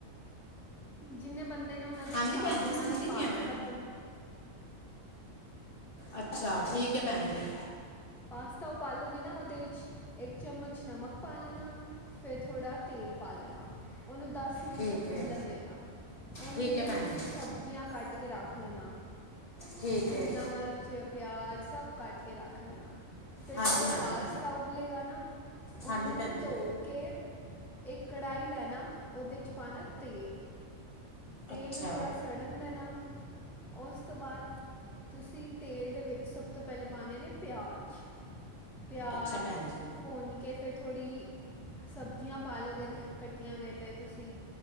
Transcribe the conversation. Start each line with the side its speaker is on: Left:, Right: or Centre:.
Centre: ਜਿੰਨੇ ਬੰਦੇ ਨੇ ਉਹਨਾਂ ਦੇ
Left: ਹਾਂਜੀ
Centre: ਹਿਸਾਬ
Left: ਭੈਣ
Centre: ਦੇ
Left: ਜੀ
Centre: ਨਾਲ
Left: ਸੁਣਦੀ
Centre: ਹੀ ਪਾਸ
Left: ਪਿਆ ਮੈਂ
Centre: ਤਤ
Left: ਅੱਛਾ, ਠੀਕ ਐ, ਭੈਣ ਜੀ।
Centre: ਪਾਸਤਾ ਉਬਾਲੋਗੇ ਨਾ, ਉਹਦੇ ਵਿੱਚ ਇੱਕ ਚਮਚ ਨਮਕ ਪਾ ਲੈਣਾ। ਫੇਰ ਥੋੜਾ ਤੇਲ ਪਾ ਲੈਨਾ, ਉਹਨੂੰ ਦੱਸ ਮਿੰਟ
Left: ਠੀਕ
Centre: ਤੱਕ
Left: ਹੈ
Centre: ਉਬਲਣ ਦੇਣਾ। ਓਨੀ
Left: ਠੀਕ ਹੈ
Centre: ਦੇਰ
Left: ਭੈਣ
Centre: ਤੁਸੀਂ
Left: ਜੀ
Centre: ਸਬਜ਼ੀਆਂ ਕੱਟ ਕੇ ਰੱਖ ਲੈਣਾ।
Left: ਠੀਕ
Centre: ਸ਼ਿਮਲਾ
Left: ਹੈ
Centre: ਮਰਚ, ਪਿਆਜ਼, ਸਭ ਕੱਟ ਕੇ ਰੱਖ ਲੈਣਾ। ਫੇਰ
Left: ਹਾਂਜੀ
Centre: ਜਦੋਂ
Left: ਹਾਂਜੀ
Centre: ਪਾਸਤਾ
Left: ਭੈਣ
Centre: ਉਬਲੇਗਾ ਨਾ, ਉਹਨੂੰ
Left: ਹਾਂਜੀ ਭੈਣ ਜੀ
Centre: ਧੋ ਕੇ ਇੱਕ ਕੜਾਹੀ ਲੈਨਾ, ਉਹਦੇ 'ਚ ਪਾਨਾ ਤੇਲ। ਤੇਲ
Left: ਅੱਛਾ
Centre: ਨੂੰ ਥੋੜਾ ਸੜਨ ਦੇਣਾ। ਉਸ ਤੋਂ ਬਾਅਦ, ਤੁਸੀਂ ਤੇਲ ਦੇ ਵਿੱਚ ਸਭ ਤੋਂ ਪਹਿਲੇ ਪਾਨੇ ਨੇ ਪਿਆਜ਼, ਪਿਆਜ਼
Left: ਅੱਛਾ ਭੈਣ ਜੀ
Centre: ਭੁਨ ਕੇ ਫੇਰ ਥੋੜੀ, ਸਬਜ਼ੀਆਂ ਪਾ ਲੋ ਅਗਰ ਕੱਟੀਆਂ ਨੇ ਤੇ ਤੁਸੀਂ।